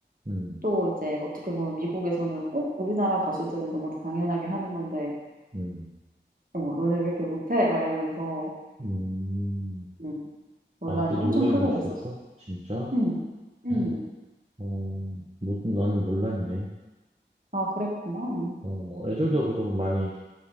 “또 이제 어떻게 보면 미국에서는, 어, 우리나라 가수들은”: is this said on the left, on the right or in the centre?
Right